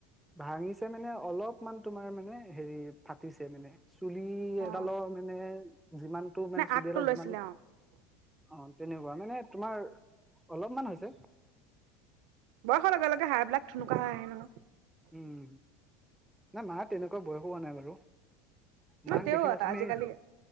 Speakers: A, in the centre; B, on the right.
A: ভাঙিছে মানে অলপমান তোমাৰ মানে হেৰি ফাটিছে মানে চুলি
B: অ
A: এডালৰ মানে যিমানটো মানে চুলি
B: আগটো
A: এডাল
B: লৈছিলে
A: যিমান
B: অ
A: অ', তেনেকুৱা মানে তোমাৰ অলপমান হৈছে।
B: বয়সৰ লগে লগে হাঁড়বিলাক থুনুকা হৈ আহে নহয়।
A: উম। নাই মা তেনেকুৱা বয়সো হোৱা নাই বাৰু। মাক
B: অ' তেও
A: দেখিলে তুমি
B: আজিকালি